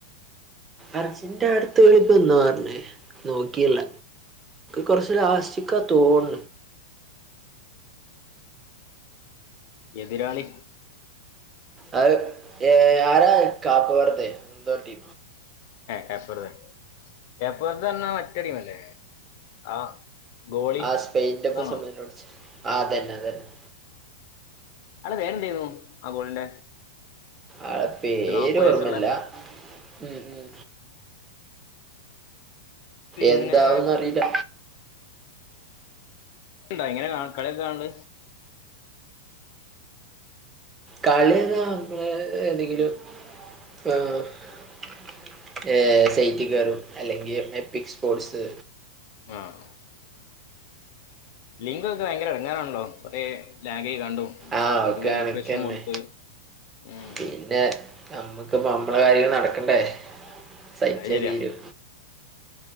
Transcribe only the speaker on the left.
എതിരാളി
ക്യാപ് വർദ്ദേ ക്യാപ് വർദ്ദേന്നാ മറ്റടുമല്ലേ ആ ഗോളി
അതാണോ
പേരെന്തെന്നു ആ ഗോളിന്റെ
നാപ്പത് വയസ്സുള്ള
പിന്നെ
ണ്ടാ എങ്ങനെ കളിക്ക കാണൽ
ആഹ ലിങ്കൊക്കെ ഭയങ്കര ഇടങ്ങേറാണല്ലോ കുറ ലാഗ് കണ്ടോ
എടക്കത്
റീഫ്രഷ്മെ കൊടുത്ത് ഉം.
അത് ശരിയാ